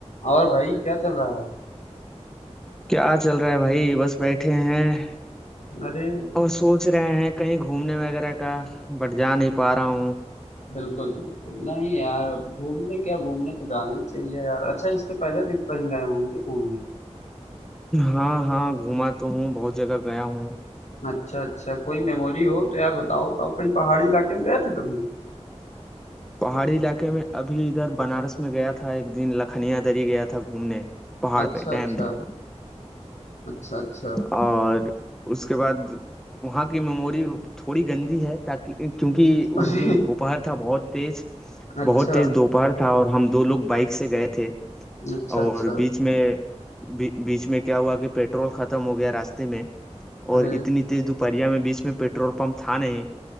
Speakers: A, on the left; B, in the centre.
A: और भाई क्या चल रहा है
B: क्या चल रहा है भाई बस बैठे हैं
A: अरे
B: और सोच रहे हैं कहीं घूमने वगैरह का बट जा नहीं पा रहा हूँ
A: बिल्कुल बिल्कुल नहीं यार घूमने क्या घूमने तो जाना ही चाहिए यार अच्छा इसके पहले भी तो कहीं गए होंगे घूमने
B: हाँ हाँ घूमा तो हूँ बहुत जगह गया हूँ
A: अच्छा अच्छा कोई मेमोरी हो तो यार बताओ बताओ कहीं पहाड़ी इलाके में गए थे कभी
B: पहाड़ी इलाके में अभी इधर बनारस में गया था एक दिन लखनिया दरी गया था घूमने पहाड़
A: अच्छा
B: पे
A: अच्छा
B: डैम देखने
A: अच्छा अच्छा
B: और उसके बाद वहाँ की मेमोरी थोड़ी गंदी है ताकि क्योंकि
A: अरे
B: उस दिन दोपहर था बहुत तेज
A: अच्छा
B: बहुत तेज दोपहर था और हम दो लोग बाइक से गए थे
A: अच्छा
B: और
A: अच्छा
B: बीच में बी, बीच में क्या हुआ कि पेट्रोल खत्म हो गया रास्ते में
A: अरे
B: और इतनी तेज दोपहरिया में बीच में पेट्रोल पंप था नहीं